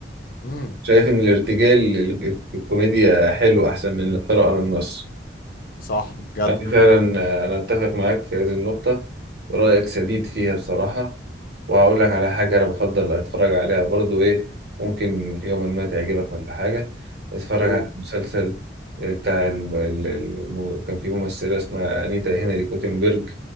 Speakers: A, on the left; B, on the right.
A: امم
B: شايف ان الارتجال ال- الكوميديا حلو احسن من القراءه من النص
A: صح جدع
B: أنا فعلا أنا أتفق معاك في هذه النقطة رأيك سديد فيها بصراحة وهقول لك على حاجة أنا بفضل أتفرج عليها برضو إيه ممكن في يوم ما تعجبك ولا حاجة أتفرج
A: اوه
B: على مسلسل بتاع الم... ال- الم... كان في ممثلة اسمها أنيتا هنري كوتنبرج